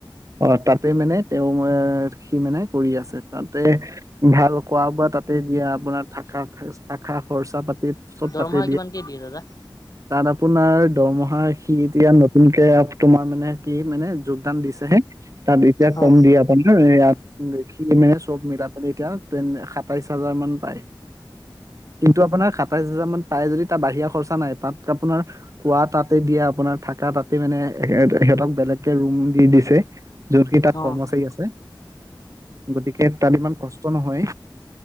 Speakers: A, on the right (about 40°); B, on the left (about 45°).
A: অ তাত তাতে মানে তেওঁ সি মানে কৰি আছে তাতে ভাল খোৱা বোৱা তাতে দিয়া আপোনাৰ থ থাকা খৰচা পাতি চব
B: দৰমহা
A: তাতে
B: কিমানকেই দিয়ে দাদা
A: তাত আপোন দৰমহা সি এতিয়া তমকে তোমাৰ মানে কি মানে যোগদান দিছেহে তাত এতিয়া
B: হয়।
A: কম দিয়ে আপোনাৰ ইয়াত সি মনে চব মিলাই পিনি এতিয়া সাতাইশ হাজাৰ মান পায়। কিন্তু আপোনাৰ সাতাইশ হাজাৰ মান পাই যদিও তাৰ বাহিৰা খৰচা নাই, তাত আপোনাৰ কোৱা তাতে দিয়া আপোনাৰ থাকা তাতে মানে সহঁতক বেলেগকে ৰুম দি দিছে যত কি তাত
B: অ'।
A: কৰ্মচাৰী আছে গতিকে তাত ইমান কষ্ট নহয়